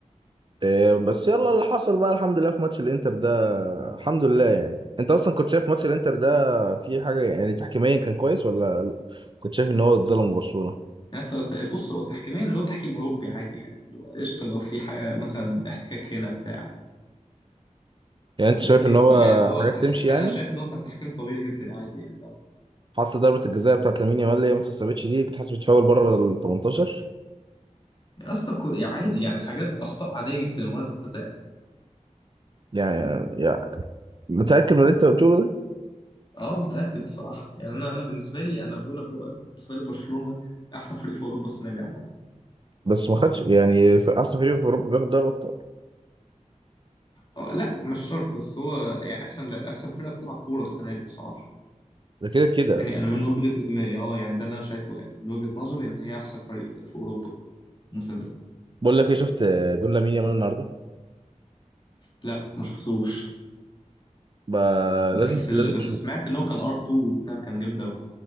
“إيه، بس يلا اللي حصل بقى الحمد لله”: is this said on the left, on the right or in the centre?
Right